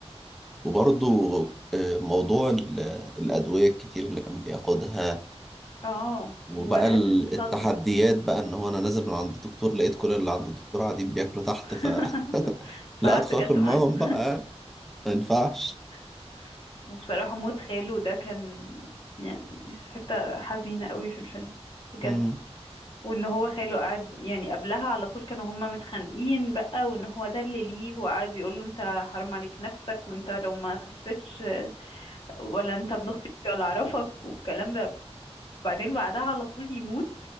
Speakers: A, in the centre; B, on the left.
A: وبرضه آه، موضوع ال- الأدوية الكتير اللي كان بياخدها
B: اه
A: وبقى
B: وحتة
A: ال-
B: الصدمة
A: التحديات بقى ان هو انا نازل من عند الدكتور لقيت كل اللي عند الدكتور قاعدين بياكلوا تحت
B: <laughs>
A: ف <laughs>
B: فقعدت
A: لا ادخل
B: اكلت
A: اكل معاهم
B: معاهم
A: بقى ما ينفعش
B: <laughs> وبصراحة موت خاله ده كان يعني حتة حزينة قوي في الفيلم بجد
A: مم.
B: وان هو خاله قعد يعني قبلها على طول كانوا هما متخانقين بقى وان هو ده اللي ليه وقعد يقول له انت حرام عليك نفسك وانت لو ما خسيتش ولا انت ابن اختي ولا اعرفك والكلام ده بعدين بعدها على طول يموت